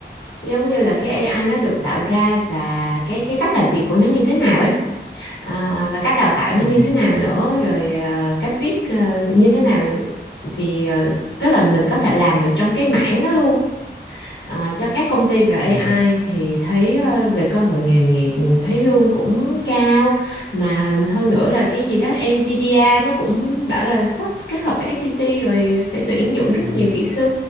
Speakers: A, on the left; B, on the left.
A: giống như là cái AI nó được tạo ra và cái cái cách làm việc của nó như thế nào ấy à, và cách đào tạo
B: ừ.
A: nó như thế nào nữa rồi à, cách viết à, như thế nào thì à, tức là mình có thể làm được trong cái mảng đó luôn À, cho các công ty về AI
B: Ừ.
A: thì thấy à, về cơ hội nghề nghiệp ừ, thấy lương cũng cao mà hơn nữa là cái gì đó Nvidia nó cũng bảo là sắp kết hợp với FPT rồi sẽ tuyển dụng rất
B: Ừ.
A: nhiều kỹ sư